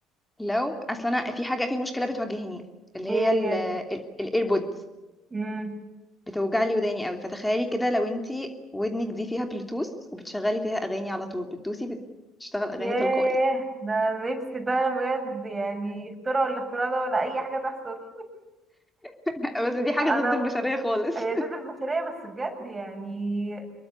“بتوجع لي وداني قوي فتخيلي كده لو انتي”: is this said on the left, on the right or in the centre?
Centre